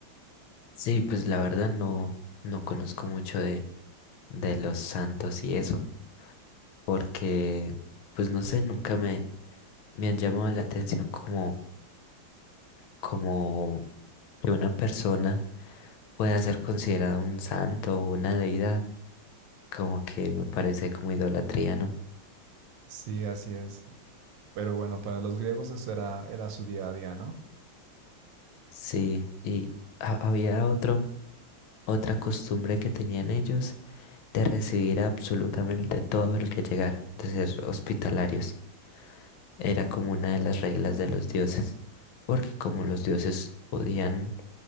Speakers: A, on the left; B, on the right.
A: Sí, pues la verdad no, no conozco mucho de, de los santos y eso, porque pues no sé, nunca me, me han llamado la atención como, como que una persona pueda ser considerada un santo o una deidad, como que me parece como idolatría, ¿no?
B: Sí, así es. Pero bueno, para los griegos eso era, era su día a día, ¿no?
A: Sí, y ha- había otro, otra costumbre que tenían ellos de recibir absolutamente todo el que llegara, de ser hospitalarios. Era como una de las reglas de los dioses, porque como los dioses podían